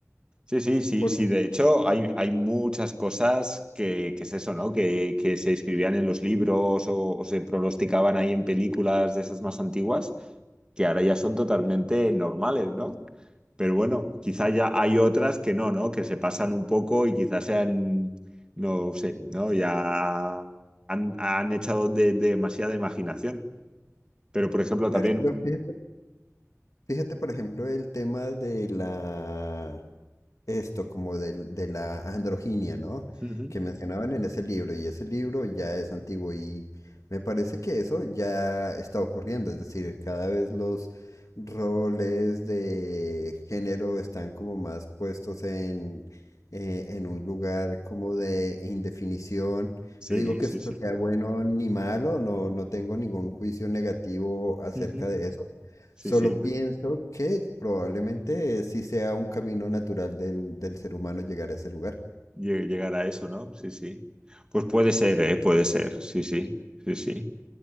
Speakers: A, on the right; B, on the left.
A: Sí, sí, sí,
B: Porque,
A: sí. De hecho, hay, hay muchas cosas que, que es eso, ¿no? Que, que se escribían en los libros o, o se pronosticaban ahí en películas de esas más antiguas, que ahora ya son totalmente normales, ¿no? Pero bueno, quizá ya hay otras que no, ¿no? Que se pasan un poco y quizás sean, no sé, ¿no? Ya han, han echado de, de demasiada imaginación. Pero, por ejemplo, también...
B: claro, pero fíjate, fíjate, por ejemplo, el tema de la, esto como del- de, la androginia, ¿no?
A: Ujú.
B: Que mencionaban en ese libro y ese libro ya es antiguo y me parece que eso ya está ocurriendo, es decir, cada vez los roles de género están como más puestos en, eh, en un lugar como de indefinición.
A: Sí,
B: No digo que
A: sí,
B: esto
A: sí.
B: sea bueno ni malo, no, no tengo ningún juicio negativo acerca
A: Ujú.
B: de eso.
A: Sí,
B: Solo
A: sí.
B: pienso que probablemente sí sea un camino natural del, del ser humano llegar a ese lugar.
A: Lle- Llegar a eso, ¿no? Sí, sí. Pues puede ser, ¿eh? Puede ser, sí, sí, sí, sí.